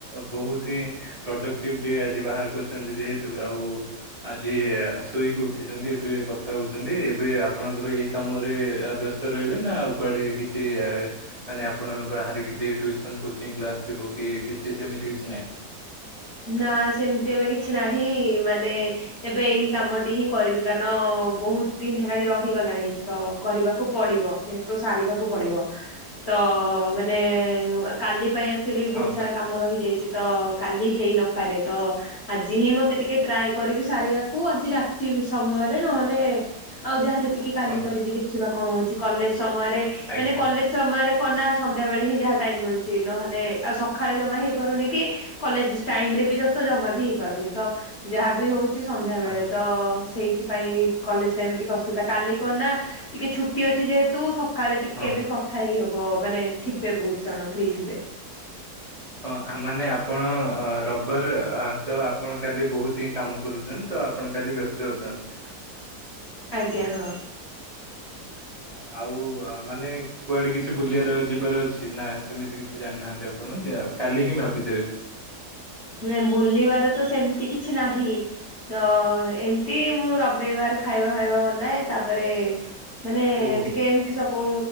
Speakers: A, on the right; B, on the left.
A: ବହୁତ ହିଁ ପ୍ରଡକ୍ଟିଭ ଡେ ଆଜି ବାହାର କରୁଛନ୍ତି ଯେହେତୁ ଆଉ ଆଜି ଶୋଇକି ଉଠିଛନ୍ତି ଏବେ କଥା ହଉଛନ୍ତି ଏବେ ଆପଣଙ୍କର ଏଇ କାମ ମୋରେ ଆ ବ୍ୟସ୍ତ ରହିବେ ନା ଆଉ କୁଆଡେ କିଛି ମାନେ ଆପଣ ବା ହା କିଛି ଟିଉସନ କୋଚିଂ କ୍ଲାସ ଥିବ କି କିଛି ସେମିତି କିଛି ନାହିଁ।
B: ନା ସେମିତି ଏବେ କିଛି ନାହିଁ ମାନେ ଏବେ ଏହି କାମଟି ହିଁ କରିବି କାରଣ ବହୁତ ଦିନ ହେଲାଣି ରହିଗଲାଣି ତ କରିବାକୁ ପଡିବ ଯେହେତୁ ସାରିବାକୁ ପଡିବ। ତ ମାନେ କାଲି ପାଇଁ ଆକ୍ଚୁଆଲି
A: ହଁ
B: ବହୁତ ସାରା କାମ ରହିଯାଇଛି ତ କାଲି ହେଇ ନପାରେ ତ ଆଜି ହିଁ ମତେ ଟିକେ ଟ୍ରାଏ କରିବି ସାରିଆକୁ ଆଜି ରାତି ସମୟରେ ନ ଲେ ଆଉ ଯାହା ଯେ ଟିକେ କାଲି
A: ହଁ
B: କରିବି ଦେଖିବା କଣ ହଉଛି କଲେଜ ସମୟରେ
A: ଆଜ୍ଞା
B: ମାନେ କଲେଜ ସମୟରେ କଣନା ସନ୍ଧ୍ୟା ବେଳେ ହିଁ ଯାହା ଟାଇମ ମିଳୁଛି। ନହେଲେ ଆଉ ସଖାଳେ ଜମା ହେଇପାରୁନି କି କଲେଜ ଟାଇମ ରେ ବି ଯତ ଜମା ବି ହେଇପାରୁନି ତ ଯାହାବି ହଉଛି ସନ୍ଧ୍ୟା
A: ହଁ
B: ବେଳେ ତ ସେଇ ସେଥିପାଇଁ କଲେଜ ଟାଇମ ରେ ଟିକେ ଅସୁବିଧା କାଲି କଣନା ଟିକେ ଛୁଟି ଅଛି ଯେହେତୁ କାଳେ ଟିକେ
A: ହଁ
B: ବି କଥା ହେଇ ହବ ମାନେ ଥିବେ ବହୁତ ଜଣ ଫ୍ରି ଥିବେ।
A: ହଁ ମାନେ ଆପଣ ଅ ରବାରେ ଆ ତ ଆପଣ କାଲି ବହୁତ ହିଁ କାମ କରୁଚନ୍ ତ ଆପଣ କାଲି ବ୍ୟସ୍ତ ଅଛନ୍। <inaudible>
B: ଆଜ୍ଞା ହଁ।
A: ହଁ ଆଉ ମାନେ କୁଆଡେ କିଛି ବୁଲିଆର ଯିବାର ଅଛି ନା ସେମିତି କିଛି ଜାଣିନାହାନ୍ତି ଆପଣ ଯ କାଲି ହିଁ ଭାବିଦେବେ।
B: ନା ବୁଲିବାର ତ ସେମିତି କିଛି ନାହିଁ। ତ ଏମିତି ମୁଁ ରବିବାର ଖାଇବା ଫାଇବା ବନାଏ ତାପରେ ମାନେ
A: ଓ
B: ଟିିକେ ଏମତି ସବୁ